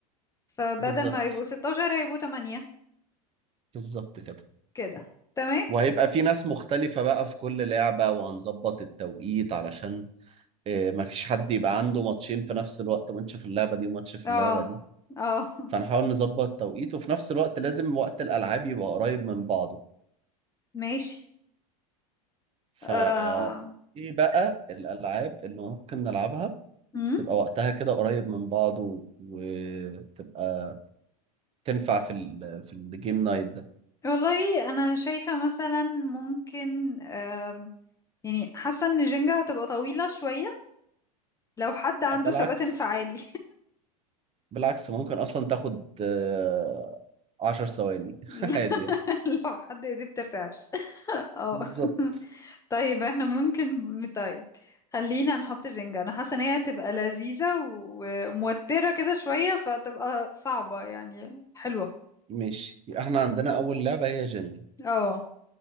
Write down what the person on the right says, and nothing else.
بالظبط
بالظبط كده
وهيبقى في ناس مختلفة بقى في كل لعبة وهنظبط التوقيت علشان آه، مفيش حد يبقى عنده ماتشين في نفس الوقت ماتش في اللعبة دي وماتش في
اللعبة دي
فنحاول نظبط التوقيت وفي نفس الوقت لازم وقت الألعاب يبقى قريب من بعضه
ف
ايه بقى الألعاب اللي ممكن نلعبها
تبقى وقتها كده قريب من بعضه وتبقى تنفع في ال في الجيم نايت ده
لا بالعكس
بالعكس ممكن اصلا تاخد آه، عشر ثواني <laughs>
عادي يعني
بالظبط
ماشي يبقى احنا عندنا اول لعبة هي جنجل